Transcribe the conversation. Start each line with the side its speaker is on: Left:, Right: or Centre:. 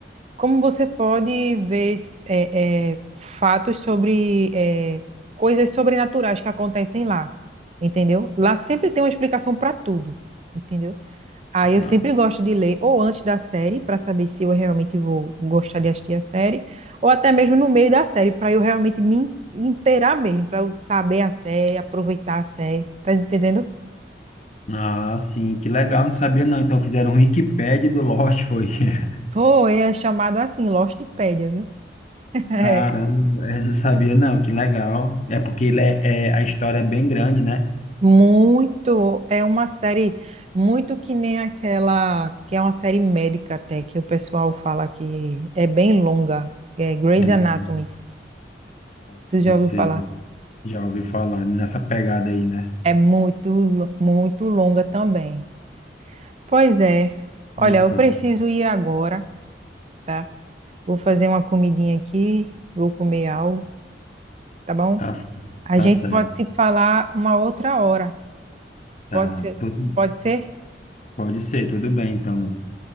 Right: Como você pode ver é, é, fatos sobre é, coisas sobrenaturais que acontecem lá, entendeu? Lá sempre tem uma explicação para tudo, entendeu? Aí
Left: então.
Right: eu sempre gosto de ler ou antes da série, para saber se eu realmente vou gostar de assistir a série, ou até mesmo no meio da série, para eu realmente me in- inteirar mesmo, para eu saber a série, aproveitar a série, tá entendendo?
Left: Ah, sim, que legal, não sabia não. Então fizeram um Wikipédia do Lost, foi. <laughs>
Right: Foi, é chamado assim, Lostpedia, viu? É,
Left: Caramba, é, não sabia não, que legal. É porque ele é, é- a história é bem grande, né?
Right: Muito, é uma série muito que nem aquela que é uma série médica até que o pessoal fala que é bem longa, é Grey's
Left: Hum,
Right: Anatomy.
Left: tá,
Right: Você
Left: eu
Right: já
Left: sei,
Right: ouviu falar?
Left: já ouvi falar nessa pegada aí, né?
Right: É muito, lo- muito longa também. Pois é. Olha,
Left: Então,
Right: eu preciso ir agora, tá? Vou fazer uma comidinha aqui, vou comer algo, tá bom?
Left: tá, c-
Right: A
Left: tá
Right: gente
Left: certo,
Right: pode se falar uma outra hora.
Left: tá.
Right: Pode ser?
Left: Tudo,
Right: Pode ser?
Left: pode ser, tudo bem, então.